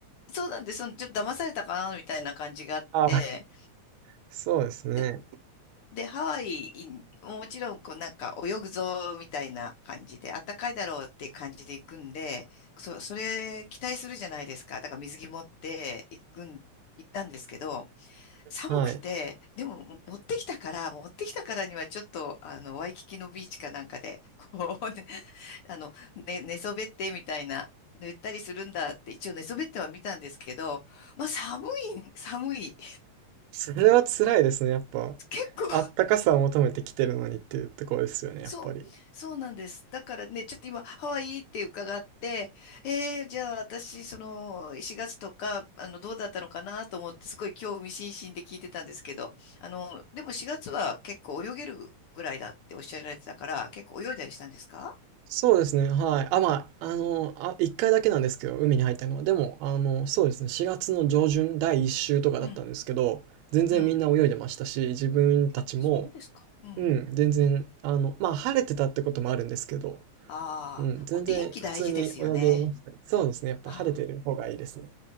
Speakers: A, on the left (about 65°); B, on the right (about 75°).
A: う、そうなんです、そのちょっと騙されたかな、みたいな感じがあって、
B: ああ、そうですね。
A: でで、ハワイ、もちろん、こう、なんか、泳ぐぞ、みたいな感じで、あったかいだろうっていう感じで行くんで、そ、それ、期待するじゃないですか。だから、水着持って行くん、行ったんですけど、寒くて、
B: はい。
A: でも、も持ってきたから、持ってきたからには、ちょっと、あの、ワイキキのビーチかなんかで、こう、<laughs> ね、あの、ね、寝そべって、みたいな、言ったりするんだって、一応寝そべっては見たんですけど、まあ、寒い、寒い。
B: それは辛いですね、やっぱ。
A: 結構
B: あったかさを求めてきてるのにっていうところですよね、やっぱり。
A: そう、そうなんです。だからね、ちょっと今、ハワイって伺って、えー、じゃあ私、その、4月とか、あの、どうだったのかなと思って、すごい興味津々で聞いてたんですけど、あの、でも4月は結構泳げるぐらいだっておっしゃられてたから、結構泳いだりしたんですか
B: そうですね、はい。あ、まあ、あの、あ、一回だけなんですけど、海に入ったのは。でも、あの、そうですね、4月の上旬、第一週とかだったんですけど、
A: うん、
B: 全然みんな泳いでましたし、
A: うん。
B: 自分たちも、
A: あ、そうですか。うん。
B: うん、全然、あの、まあ、晴れてたってこともあるんですけど、
A: ああ、
B: うん、全然普通に泳げましたね。
A: お天気大事ですよね。
B: そうですね、やっぱ晴れてる方がいいですね。
A: ああ、